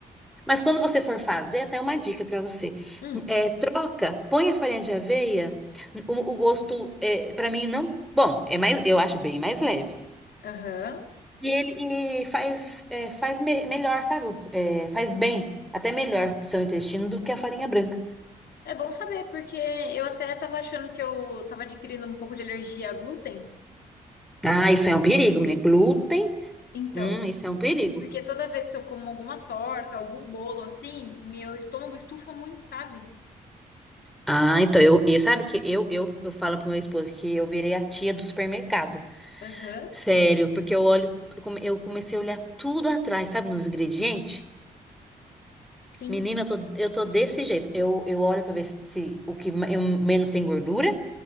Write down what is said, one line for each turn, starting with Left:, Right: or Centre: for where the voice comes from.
Centre: Mas quando você for fazer, até uma dica pra você.
Left: Hum.
Centre: É, troca, põe a farinha de aveia. O, o gosto, é, para mim, não. Bom, é mais, eu acho bem mais leve.
Left: Aham.
Centre: E ele e faz, é, faz me- melhor, sabe? É, faz bem, até melhor pro seu intestino do que a farinha branca.
Left: É bom saber, porque eu até tava achando que eu tava adquirindo um pouco de alergia a glúten.
Centre: Ah, isso é um perigo, menina. Glúten
Left: Então,
Centre: Hum, isso é um perigo.
Left: porque toda vez que eu como alguma torta, algum bolo assim, meu estômago estufa muito, sabe?
Centre: Ah, então eu, eu sabe que eu, eu, eu falo pro meu esposo que eu virei a tia do supermercado.
Left: Aham.
Centre: Sério, porque eu olho, eu come- eu comecei a olhar tudo atrás, sabe, nos ingredientes.
Left: Sim.
Centre: Menina, eu tô, eu tô desse jeito. Eu, eu olho pra ver se o que ma- eu- menos tem gordura,